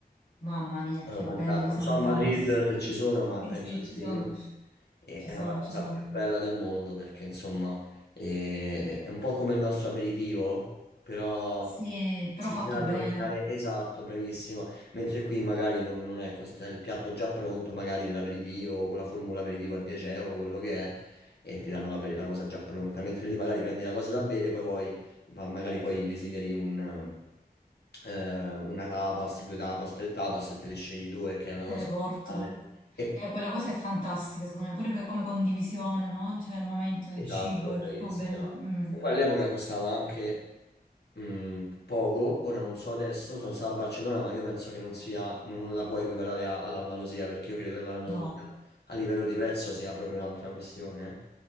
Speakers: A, on the left; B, on the left.
A: mamma mia,
B: Sono
A: che
B: fanta-
A: belle che
B: Non
A: sono
B: so
A: le
B: a Madrid
A: tapas.
B: se ci
A: <laughs>
B: sono, ma
A: Sì,
B: penso
A: sì,
B: di
A: ci
B: sì.
A: sono,
B: E-
A: ci
B: È
A: sono,
B: una cosa
A: ci sono.
B: più bella del mondo perché, insomma, eh, è un po' come il nostro aperitivo, però
A: Sì, però
B: si
A: fatto
B: tratta
A: bene,
B: di ordinare esatto, bravissima. Mentre qui magari non, non è così, c'è il piatto già pronto, magari dell'aperitivo, con la formula aperitivo a 10 euro, quello che è, e ti danno la, la cosa già pronta. Mentre lì magari prendi la cosa da bere, poi vuoi, ma magari poi desideri un eh, una tapas, due tapas, tre tapas e te le scegli due, che è una cosa
A: te le portano.
B: fenomenale. E,
A: E quella cosa è fantastica, secondo me, pure per- come condivisione, no? Cioè il momento del
B: Esatto,
A: cibo è
B: bravissima.
A: proprio bella. Mm,
B: E poi all'epoca costava anche mh, poco, ora non so adesso, sono stato a Barcellona, ma io penso che non sia, non la puoi equiparare a- all'Andalusia, perché io credo che l'Andalusia
A: no.
B: a livello di prezzo sia proprio un'altra questione.